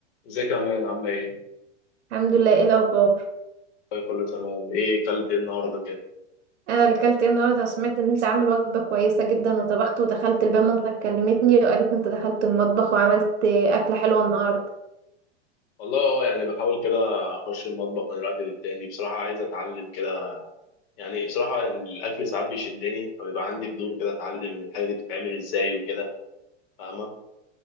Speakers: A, on the left (about 55°); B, on the right (about 80°).
A: ازيك يا مان عاملة ايه؟
B: الحمد لله ايه الاخبار
A: طيب كله تمام ايه كلت ايه النهاردة كده؟
B: انا اللي كلت ايه النهارده سمعت ان انت عامل وجبه كويسه جدا وطبخت ودخلت البيت مامتك كلمتني وقالت ان انت دخلت المطبخ وعملت اكله حلوه النهارده
A: والله اه يعني بحاول كده اخش المطبخ من الوقت للتاني بصراحة عايز اتعلم كده يعني بصراحة يعني الاكل ساعات بيشدني فبيبقى عندي فضول كده اتعلم الحاجة دي بتتعمل ازاي وكده فاهمة؟